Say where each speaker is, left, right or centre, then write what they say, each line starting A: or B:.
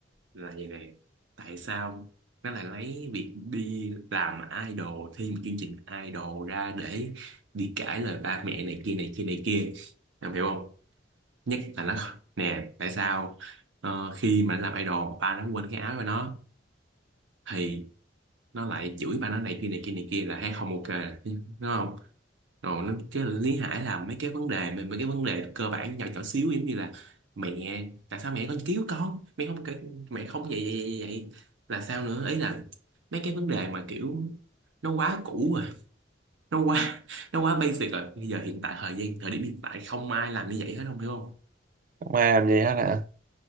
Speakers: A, on the right (about 75°); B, on the right (about 45°).
A: là vậy này? tại sao nó lại lấy việc đi làm idol thi một chương trình idol ra để đi cãi lời ba mẹ này kia này kia này kia em hiểu không nhất là nó nè tại sao ờ, khi mà nó làm idol ba nó quên cái áo của nó thì nó lại chửi ba nó này kia này kia này kia là thấy không ok đúng không rồi nó cái Lý Hải là mấy cái vấn đề mà mấy cái vấn đề cơ bản nhỏ nhỏ xíu giống như là mẹ tại sao mẹ con cứu con mẹ không kể- mẹ không vậy vậy vậy, vậy. là sao nữa ấy là mấy cái vấn đề mà kiểu nó quá cũ rồi nó quá nó quá basic rồi bây giờ hiện tại thời gian thời điểm hiện tại không ai làm như vậy hết không hiểu không
B: không ai làm gì hết à